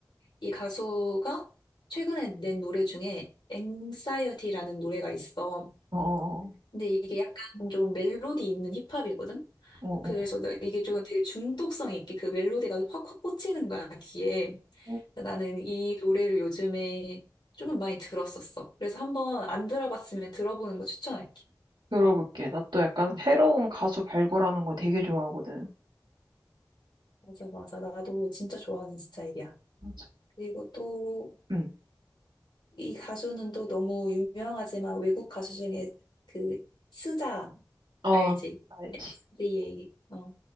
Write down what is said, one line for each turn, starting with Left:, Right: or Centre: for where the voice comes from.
Left: 이 가수가 최근에 낸 노래 중에 x 사이어티라는 노래가 있어.
Right: 어, 어,
Left: 근데 이게 약간 좀 멜로디 있는 힙합이거든?
Right: 어, 어.
Left: 그래서 나 이게 좀 되게 중독성 있게 그 멜로디가 확확 꽂히는 거야, 귀에.
Right: 어.
Left: 나는 이 노래를 요즘에 조금 많이 들었었어. 그래서 한번 안 들어봤으면 들어보는 거 추천할게.
Right: 들어볼게. 나 또 약간 새로운 가수 발굴하는 거 되게 좋아하거든.
Left: 맞아, 맞아. 나도 진짜 좋아하는 스타일이야.
Right: 맞아.
Left: 그리고 또,
Right: 응.
Left: 이 가수는 또 너무 유명하지만 외국 가수 중에 그, 스자,
Right: 어,
Left: 알지?
Right: 알지.
Left: SZA. 어.